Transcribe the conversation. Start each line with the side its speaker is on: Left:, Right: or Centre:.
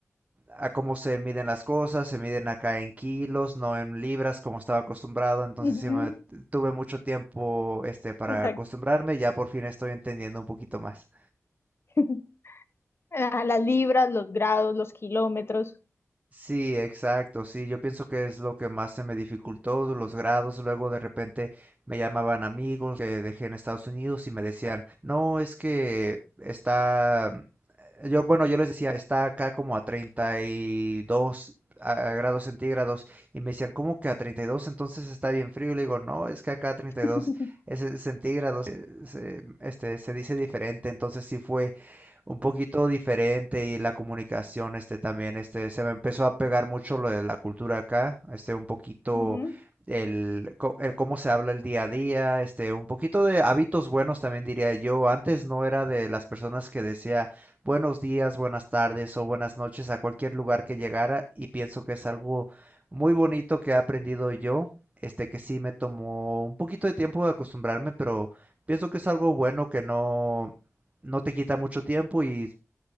Right: a cómo se miden las cosas, se miden acá en kilos, no en libras como estaba acostumbrado, entonces
Left: Ujú,
Right: sí me- tuve mucho tiempo este para
Left: Exacto.
Right: acostumbrarme, ya por fin estoy entendiendo un poquito más.
Left: <laughs> Ah, Las libras, los grados, los kilómetros.
Right: Sí, exacto, sí, yo pienso que es lo que más se me dificultó, los grados, luego de repente me llamaban amigos que dejé en Estados Unidos y me decían, no, es que está, eh, yo, bueno, yo les decía, está acá como a 32 a- a grados centígrados y me decían, ¿cómo que a treinta y dos Entonces está bien frío y le digo, no, es que acá a 32
Left: <laughs>
Right: es en centígrados, eh, se- este, se dice diferente, entonces sí fue un poquito diferente y la comunicación este también este se me empezó a pegar mucho lo de la cultura acá, este un poquito
Left: Ujú.
Right: el, co- el cómo se habla el día a día, este un poquito de hábitos buenos también diría yo. Antes no era de las personas que decía buenos días, buenas tardes o buenas noches a cualquier lugar que llegara y pienso que es algo muy bonito que he aprendido yo. Este que sí me tomó un poquito de tiempo de acostumbrarme, pero pienso que es algo bueno que no no te quita mucho tiempo y